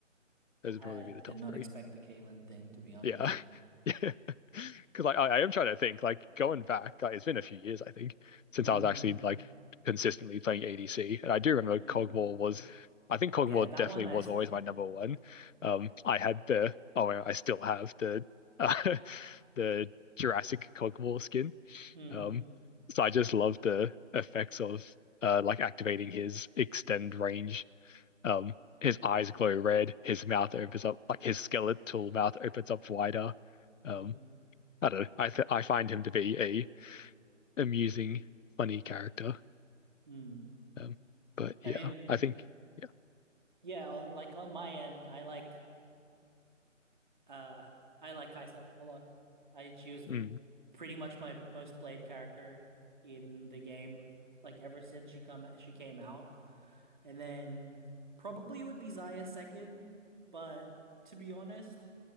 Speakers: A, on the left; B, on the right.
A: Those
B: I
A: would probably be the
B: did
A: top
B: not
A: three.
B: expect the Caitlyn thing, to be honest.
A: Yeah. <laughs> Yeah. Because like I, I am trying to think, like going back, like it's been a few years, I think, since
B: Mm,
A: I was actually like consistently playing ADC. And I do remember
B: mm.
A: Cogmore was I think Cogmore
B: Yeah, that
A: definitely
B: one I
A: was
B: see.
A: always my number one. Um
B: Yeah.
A: I had the oh I still have the uh, <laughs> the Jurassic Cogmore skin.
B: Mm,
A: Um so I just love the effects of uh like activating his extend range um, his eyes glow red, his mouth opens up, like his skeletal mouth opens up wider. Um,
B: mm,
A: I don't know. I th I find him to be a amusing, funny character.
B: mm.
A: Um, but yeah,
B: I mean,
A: I think yeah.
B: yeah, on, like on my end, I like. Uh, I like Kai'Sa a lot. I she was
A: Mm,
B: pretty much my most played character in the game, like ever since she come she came out. And then probably would be Xayah second, but to be honest,